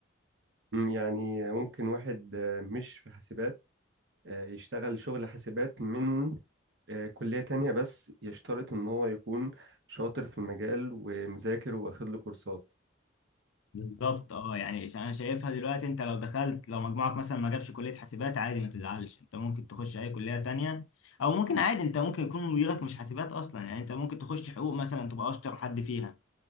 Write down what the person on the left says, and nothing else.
بالظبط اه يعني ش- انا شايفها دلوقتي انت لو دخلت لو مجموعك مثلا ما جابش كلية حاسبات عادي ما تزعلش انت ممكن تخش اي كلية تانية او ممكن عادي انت ممكن يكون مديرك مش حاسبات اصلا يعني انت ممكن تخش حقوق مثلا تبقى اشطر حد فيها